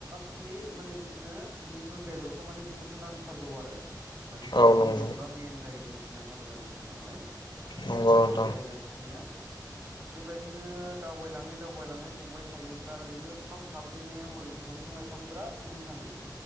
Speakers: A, on the right; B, on the left.
A: खालि माने बिसोरनो मिथुन बेदरखौ माने बिसोरनो नांथारगौ आरो माने मिथुन
B: औ नंगौ
A: बेदरा मेन जाहैदों बिसोरना हाबा जानाय समावहाय जिहेथु
B: नंगौ
A: हाजो
B: नोंथां
A: जायगा बिसनिया बेबायदिनो दावबायलाङै दावबायलाङै थांबाय थायोब्ला ओरैनो फार्स्ट गाबजेननायाव ओरैनो दंफां लाइफां बिराद नो थाङो